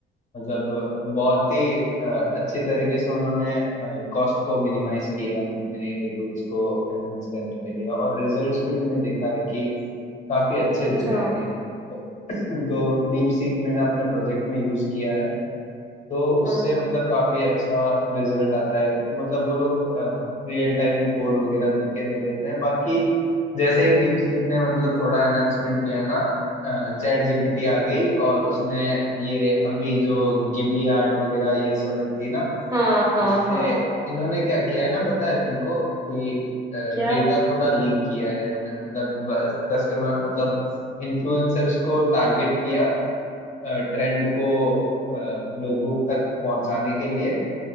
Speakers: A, on the left; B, on the right.
A: मतलब बहुत ही अ, अच्छी तरीके से उन्होंने कॉस्ट को मिनिमाइज किया है अपने एआई टूल्स को एनहांस करने के लिए और रिजल्ट्स भी मैंने देखा है कि काफी अच्छे
B: अच्छा
A: देते हैं ये तो डीप सीक मैंने अपने प्रोजेक्ट में यूज किया है तो उससे
B: हाँ
A: मतलब काफी अच्छा रिजल्ट आता है मतलब वो लोग रियल टाइम में कोड वगैरह लिख के दे देते हैं बाकी जैसे ही डीप सीक ने मतलब थोड़ा एनहांसमेंट किया ना चैट जीपीटी आ गई और उसने ये अभी जो गिबली आर्ट वगैरह ये सब थी ना
B: हाँ हाँ
A: इससे
B: हाँ
A: इन्होंने क्या किया है ना पता है तुमको कि
B: क्या
A: डेटा थोड़ा लीक किया है इन्होंने मतलब कस्टमर मतलब इन्फ्लुएंसर्स को टारगेट किया ट्रेंड को अ, लोगों तक पहुंचाने के लिए